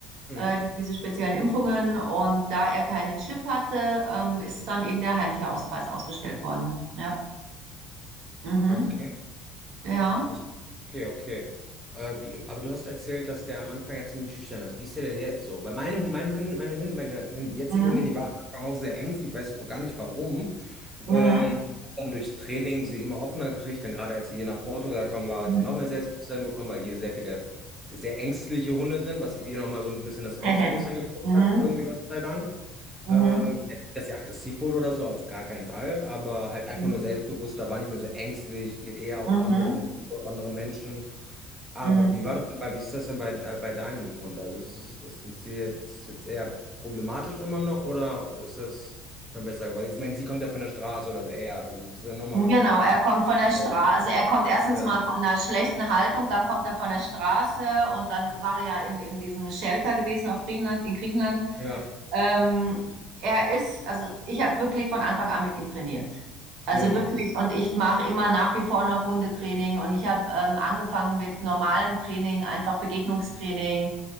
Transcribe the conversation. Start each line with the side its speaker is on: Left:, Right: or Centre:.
Centre: Mhm.
Right: Äh, diese speziellen Impfungen. Und da er keinen Chip hatte, ähm, ist dann eben der Heimtierausweis ausgestellt worden. Ja. Mhm.
Centre: Okay.
Right: Ja.
Centre: Interessant. Okay, okay. Äh, wie, aber du hast erzählt, dass der am Anfang ja ziemlich schüchtern ist. Wie ist der denn jetzt so? Weil meine, Hu- meine Hündin, meine Hündin, meine Hündin, jetzige
Right: Mhm.
Centre: Hündin, die war am Anfang auch sehr ängstlich. Ich weiß auch noch gar nicht warum.
Right: Mhm.
Centre: Ähm, dann durchs Training sie immer offener gekriegt. Dann gerade als sie hier nach Portugal gekommen war,
Right: Mhm.
Centre: hat sie noch mehr Selbstbewusstsein bekommen, weil hier sehr viele sehr ängstliche Hunde sind, was ihr nochmal so ein bisschen das Selbstbewusstsein
Right: <laughs>
Centre: gebracht
Right: Mhm,
Centre: hat, irgendwie, Gott sei Dank.
Right: mhm,
Centre: Ähm, jetzt, dass sie aggressiv wurde oder so, auf gar keinen Fall, aber halt einfach
Right: mhm,
Centre: nur selbstbewusster, war nicht mehr so ängstlich, geht eher auf
Right: mhm,
Centre: andere Hunde, auf andere Menschen. Aber
Right: mhm.
Centre: wie war das denn bei, wie ist das denn bei, äh, bei deinem Hund? Also ist, ist, ist, ist sie jetzt, jetzt eher problematisch immer noch oder ist das schon besser geworden? Ich meine, sie kommt ja von der Straße oder eher, also das ist ja nochmal,
Right: Genau, er kommt von der Straße,
Centre: glaube ich.
Right: also er kommt erstens
Centre: Ja,
Right: mal von einer schlechten Haltung, dann kommt er von der Straße und dann war er ja in, in diesem Shelter gewesen auf Griechenland, in Griechenland.
Centre: ja,
Right: Ähm, er ist, also ich habe wirklich von Anfang an mit ihm trainiert. Also
Centre: mhm.
Right: wirklich, und ich mache immer nach wie vor noch Hundetraining und ich habe ähm, angefangen mit normalem Training, einfach Begegnungstraining.